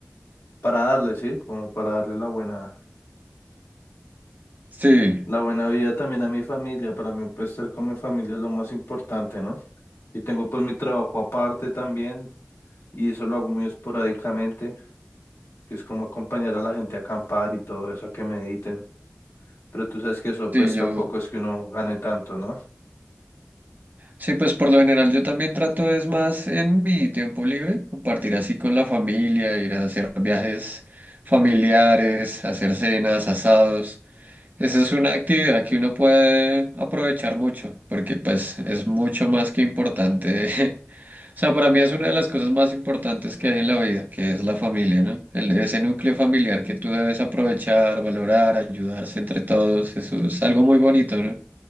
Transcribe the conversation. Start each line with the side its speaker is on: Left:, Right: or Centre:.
Left: para darle, ¿sí? Como para darle la buena,
Right: Sí,
Left: la buena vida también a mi familia. Para mí, pues estar con mi familia es lo más importante, ¿no? Y tengo pues mi trabajo aparte también y eso lo hago muy esporádicamente, que es como acompañar a la gente a acampar y todo eso, a que mediten. Pero tú sabes que eso pues
Right: sí, yo.
Left: tampoco es que uno gane tanto, ¿no?
Right: Sí, pues por lo general yo también trato es más en mi tiempo libre, compartir así con la familia, ir a hacer viajes familiares, hacer cenas, asados. Esa es una actividad que uno puede aprovechar mucho, porque pues es mucho más que importante. <laughs> O sea, para mí es una de las cosas más importantes que hay en la vida, que es la familia, ¿no? El- ese núcleo familiar que tú debes aprovechar, valorar, ayudarse entre todos, eso es algo muy bonito, ¿no?